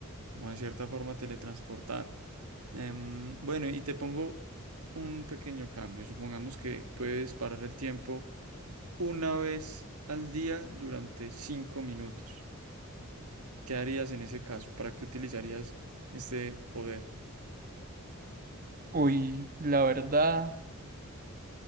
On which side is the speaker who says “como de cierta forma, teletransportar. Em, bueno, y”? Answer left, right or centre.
Right